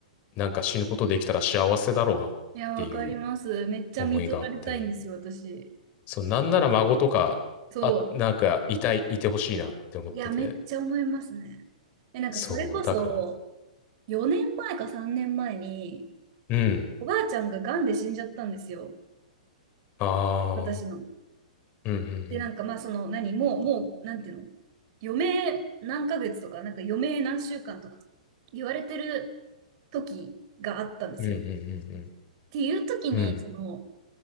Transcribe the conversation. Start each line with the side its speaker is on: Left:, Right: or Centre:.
Left: なんか死ぬことできたら幸せだろうなっていう
Right: いや、わかります。めっちゃ見とられたいんですよ、
Left: 思いがあって、
Right: 私。
Left: そう、なんなら孫とか、
Right: そ
Left: あ、なんか、いたい、いてほしいなって思ってて。
Right: う。いや、めっちゃ思いますね。え、なんかそれこそ、
Left: そう、だから、
Right: 4年前か3年前に、
Left: うん。
Right: おばあちゃんが癌で死んじゃったんですよ、
Left: ああ、
Right: 私の。
Left: うん、うん、
Right: で、なんかまあ、その、何、もう、もう、なんていうの、余命何ヶ月とか、なんか余命何週間とか言われてる時があったんですよ。
Left: うん、うん、
Right: っていう時に、
Left: うん、うん、うん。うん
Right: その、